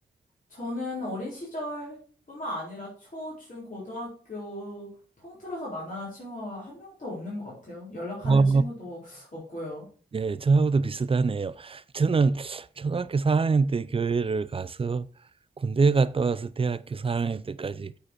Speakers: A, on the left; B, on the right.
A: 저는 어린 시절뿐만 아니라 초, 중, 고등학교 통틀어서 만나는 친구가 한 명도 없는 것 같아요. 연락하는
B: 와,
A: 친구도 없고요.
B: 네, 저하고도 비슷하네요. 저는 초등학교 4학년 때 교회를 가서 군대 갔다 와서 대학교 4학년 때까지